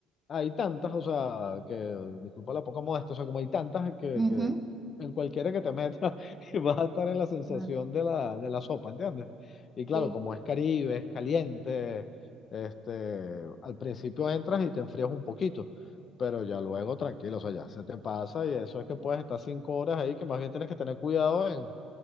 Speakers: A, on the left (about 50°); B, on the right (about 15°).
A: hay tantas, o sea, que, disculpa la poca modestia, o sea, como hay tantas que,
B: Ujú.
A: que en cualquiera que te metas <laughs> vas a estar en la sensación
B: Ah,
A: de la, de la sopa, ¿entiendes? Y claro,
B: Sí,
A: como es Caribe, es caliente, este, al principio entras y te enfrías un poquito, pero ya luego tranquilo, o sea, ya se te pasa y eso es que puedes estar cinco horas ahí, que más bien tienes que tener cuidado en,